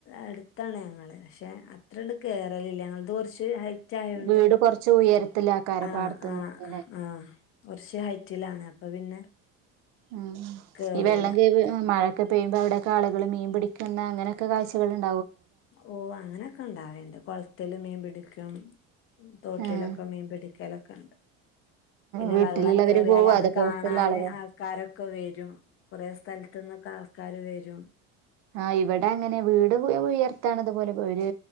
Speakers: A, on the left (about 40°); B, on the right (about 70°).
A: അടുത്താണ് ഞങ്ങള് പക്ഷെ അത്ര ഇണ്ട് കേററില്ല ഞങ്ങളത് കുറച്ച് ഹൈ മുറ്റായൊണ്ട്
B: വീട് കൊറച്ച് ഉയരത്തിലാക്കാരം
A: ആഹ്
B: പാടത്തുനിന്നല്ലേ
A: ആഹ് ആഹ് കുറച്ച് ഹൈറ്റിലാണ്. അപ്പൊ പിന്നെ
B: ഉം
A: കേറൂല
B: ഈ വെള്ളം കേ വി മഴ ഒക്കെ പയുമ്പോ അവിടെക്കെ ആള്കള് മീൻ പിടിക്കുന്ന അങ്ങനൊക്കെ കാഴ്ച്ചകൾണ്ട്
A: ഓ അങ്ങനെയൊക്കെ ഇണ്ടാവേണ്ട് കൊളത്തിൽ മീൻ പിടിക്കും. തോട്ടിലൊക്കെ
B: ആഹ്
A: മീൻ പിടിക്കലൊക്കെണ്ട് പിന്നെ
B: വീട്ടിലുള്ളവര്
A: വെള്ളം കേയറിയാൽ
B: പോവും
A: അത് കാണാൻ
B: പുറത്തുള്ള ആളുകൾ
A: ആൾക്കാരൊക്കെ വരും കുറെ സ്ഥലത്തന്നൊക്കെ ആൾക്കാർ വരും
B: ആ ഇവിടെ അങ്ങനെ വീട് ഉയർത്തണതുപോലെ ഒരു